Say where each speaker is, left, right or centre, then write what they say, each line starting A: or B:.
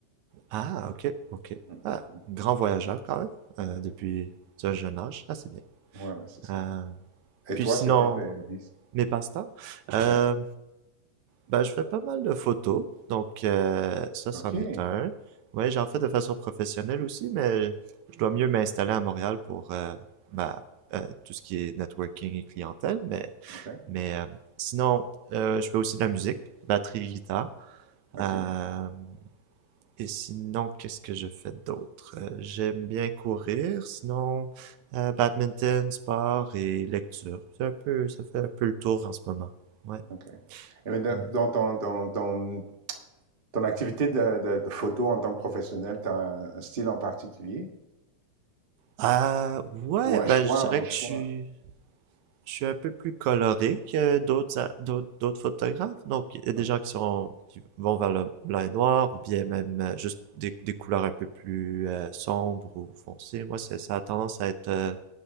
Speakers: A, on the right; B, on the right.
A: Ah, ok, ok.
B: Mm,
A: Ah,
B: mm.
A: grand voyageur quand même, euh, depuis un jeune âge. Ah, c'est bien.
B: Ouais, ouais, c'est ça.
A: Euh,
B: Et
A: puis
B: toi,
A: sinon,
B: c'est quoi tes hobbies?
A: mes passe-temps. Euh,
B: Ouais.
A: Ben, je fais pas mal de photos, donc euh, ça, c'en
B: OK.
A: est un. Ouais, j'en fais de façon professionnelle aussi, mais je dois mieux m'installer à Montréal pour euh, ma, euh, tout ce qui est networking et clientèle. Mais,
B: OK.
A: mais euh, sinon, euh, je fais aussi de la musique, batterie, guitare.
B: OK.
A: Euh, et sinon, qu'est-ce que je fais d'autre? Euh, j'aime bien courir, sinon euh, badminton, sport et lecture. C'est un peu, ça fait un peu le tour en ce moment. Ouais,
B: OK. Et bien,
A: ouais.
B: dans dans ton, dans ton, ton activité de, de, de photo en tant que professionnel, tu as un, un style en particulier?
A: Ah ouais,
B: Ou un Non,
A: ben
B: choix,
A: je dirais
B: un
A: que je
B: choix?
A: suis, je suis un peu plus coloré que d'autres a- d'autres d'autres photographes. Donc il y a des
B: Non.
A: gens qui sont qui vont vers le blanc et noir ou bien même euh, juste des, des couleurs un peu plus euh, sombres ou foncées. Moi c'est ça a tendance à être euh,